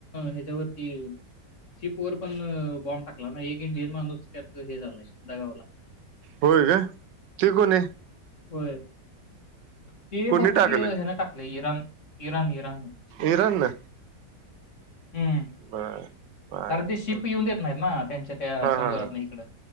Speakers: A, on the left; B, on the right.
A: हेच्यावरती शिप वर पण बॉम्ब टाकला ना एक इंडियन माणूस त्यात हे झालंय दगावला.
B: होय काय? ते कोण आहे?
A: होय. ते
B: कोणी
A: बहुतेक
B: टाकलंय
A: ह्यान टाकलंय इराण इराण इराण न.
B: इरान न.
A: हम्म
B: बर. बर
A: कारण ते
B: बर.
A: शिप येऊन देत नाहीत ना त्यांच्या त्या
B: हा
A: समुद्रातन
B: हा हा.
A: हिकडं.